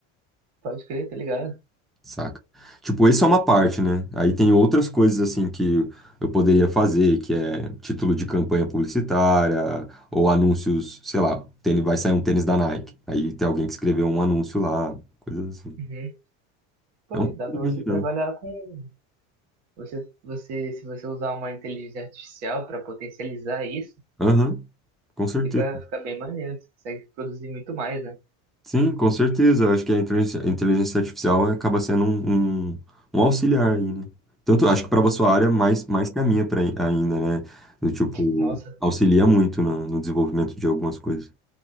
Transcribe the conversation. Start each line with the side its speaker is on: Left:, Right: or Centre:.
Right: Pode crer, tá ligado?
Centre: Saca? Tipo, isso é uma parte, né? Aí tem outras coisas assim que eu poderia fazer, que é título de campanha publicitária, ou anúncios, sei lá, tênis, vai sair um tênis da Nike. Aí tem alguém que escreveu um anúncio lá, coisas assim.
Right: Uhum. Pô,
Centre: É um
Right: e
Centre: pouco
Right: dá pra
Centre: de
Right: você trabalhar com. Você, você, se você usar uma inteligência artificial pra potencializar isso,
Centre: Aham, com certeza.
Right: fica, fica bem maneiro. Você consegue produzir muito mais, né?
Centre: Sim, com certeza. Eu acho que a inteligência, a inteligência artificial acaba sendo um, um, um auxiliar aí, né? Tanto acho que para sua área, mais, mais que a minha pra, ainda, né? Do tipo,
Right: Nossa,
Centre: auxilia muito no no desenvolvimento de algumas coisas.